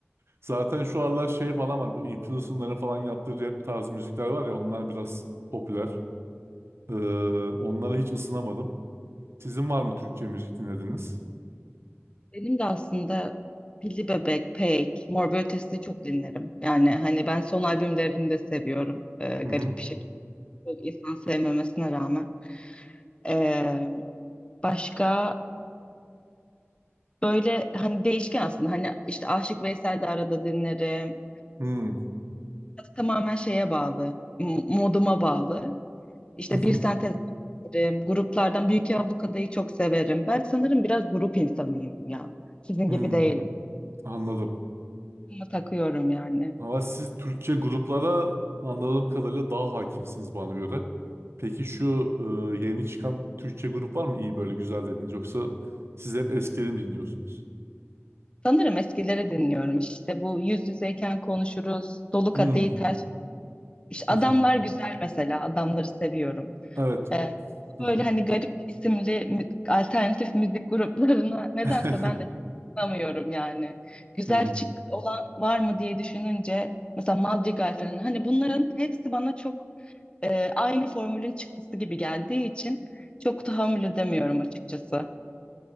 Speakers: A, on the right; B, on the left.
A: Zaten şu aralar şey falan var. Bu influencer'ların falan yaptığı rap tarzı müzikler var ya onlar biraz popüler. Ee, onlara hiç ısınamadım. Sizin var mı Türkçe müzik dinlediniz?
B: Benim de aslında Pilli Bebek, Peyk, Mor ve Ötesi'ni çok dinlerim. Yani hani ben son albümlerini de seviyorum. Ee,
A: Hı
B: garip
A: hı.
B: bir şekilde. Çok insan sevmemesine rağmen. E, Başka böyle hani değişken aslında hani işte Aşık Veysel de arada dinlerim.
A: Hı hı.
B: Tamamen şeye bağlı, m- moduma bağlı. İşte
A: hı,
B: bir sentez dinlerim, gruplardan Büyük Yablukada'yı çok severim. Ben sanırım biraz grup insanıyım ya. Sizin
A: hı.
B: gibi değilim.
A: Anladım.
B: Grupuma takıyorum yani.
A: Ama siz Türkçe gruplara anladığım kadarıyla daha hakimsiniz bana göre. Peki şu e, yeni çıkan Türkçe grup var mı? İyi böyle güzel dediniz. Yoksa siz hep eskileri mi dinliyorsunuz?
B: Sanırım eskileri dinliyorum. İşte bu yüz yüzeyken konuşuruz, Dolu Kadehi
A: Hı
B: Ters. İşte adamlar
A: hı. hı.
B: güzel mesela, adamları seviyorum.
A: Evet.
B: Ee,
A: Hı
B: böyle
A: hı.
B: hani garip isimli mü- alternatif müzik gruplarına <laughs> nedense
A: <laughs>
B: ben de tanımıyorum yani. Güzel
A: Hı.
B: çık olan var mı diye düşününce mesela Madrigal falan hani bunların hepsi bana çok e, aynı formülün çıktısı gibi geldiği için çok tahammül edemiyorum açıkçası.